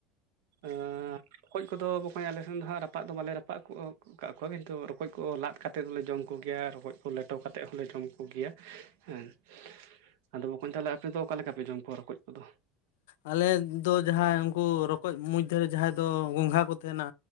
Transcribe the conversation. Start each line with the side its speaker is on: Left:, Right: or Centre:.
Right: ᱟᱸᱻ ᱨᱚᱠᱚᱡ ᱠᱚᱫᱚ ᱵᱚᱠᱚᱸᱧ ᱟᱞᱮ ᱥᱮᱱ ᱫᱚ ᱦᱟᱸᱜ ᱨᱟᱯᱟᱜ ᱫᱚ ᱵᱟᱞᱮ ᱨᱟᱯᱟᱜ ᱠᱚᱜᱼᱟ ᱠᱟᱜ ᱠᱚᱣᱟ ᱠᱤᱱᱛᱩ ᱨᱚᱠᱚᱡ ᱠᱚ ᱞᱟᱫ ᱠᱟᱛᱮᱫ ᱫᱚᱞᱮ ᱡᱚᱢ ᱠᱚᱜᱮᱭᱟ ᱨᱚᱠᱚᱡ ᱠᱚ ᱞᱮᱴᱚ ᱠᱟᱛᱮᱫ ᱦᱚᱸᱞᱮ ᱡᱚᱢ ᱠᱚᱜᱮᱭᱟ ᱦᱮᱸ ᱟᱫᱚ ᱵᱚᱠᱚᱸᱧ ᱛᱟᱦᱚᱞᱮ ᱟᱯᱮ ᱫᱚ ᱚᱠᱟ ᱞᱮᱠᱟ ᱯᱮ ᱡᱚᱢ ᱠᱚᱣᱟ ᱨᱚᱠᱚᱡ ᱠᱚᱫᱚ
Left: ᱟᱞᱮ ᱫᱚ ᱡᱟᱦᱟᱸᱭ ᱩᱱᱠᱩ ᱨᱚᱠᱚᱡ ᱢᱚᱫᱫᱷᱮ ᱨᱮ ᱡᱟᱦᱟᱸᱭ ᱫᱚ ᱜᱚᱝᱜᱷᱟ ᱠᱚ ᱛᱟᱦᱮᱱᱟ